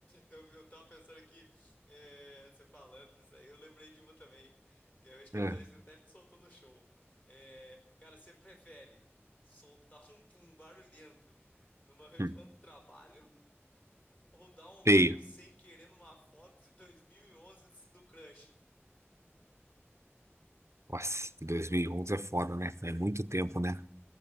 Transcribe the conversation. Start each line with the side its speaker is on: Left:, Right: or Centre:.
Left: eu, eu tava pensando aqui, é, você falando disso aí, eu lembrei de uma também, que eu acho que
Right: É.
Left: é essa aí você até soltou no show. É, cara, você prefere soltar um pum barulhento numa reunião
Right: Hum.
Left: do trabalho ou dar um like
Right: Feio.
Left: sem querer numa foto de 2011 do crush?
Right: Nossa, 2011 é foda, né? É muito tempo, né?